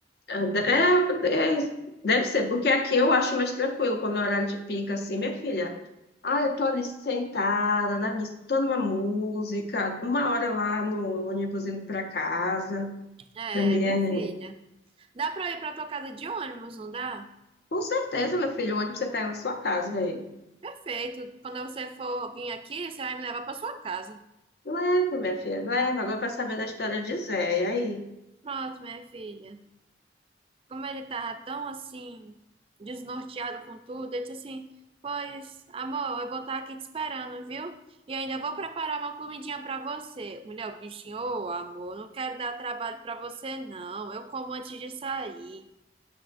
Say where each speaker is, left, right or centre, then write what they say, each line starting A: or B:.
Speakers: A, on the left; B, on the right.
A: É, é, deve ser, porque aqui eu acho mais tranquilo quando é horário de pica, assim, minha filha. Ah, eu tô ali sentada, na minha, escutando uma música, uma hora lá no ônibus indo pra casa.
B: É,
A: Pra mim
B: minha
A: é.
B: filha. Dá pra ir pra tua casa de ônibus, não dá?
A: Com certeza, meu filho, o ônibus você pega na sua casa aí.
B: Perfeito. Quando você for vir aqui, você vai me levar pra sua casa.
A: Leva, minha filha, leva. Agora eu quero saber da história de Zé. E aí?
B: Pronto, minha filha. como ele tava tão assim, desnorteado com tudo, eu disse assim: Pois, amor, eu vou estar aqui te esperando, viu? E ainda vou preparar uma comidinha pra você. Mulher, o bichinho, ô amor, não quero dar trabalho pra você, não. Eu como antes de sair.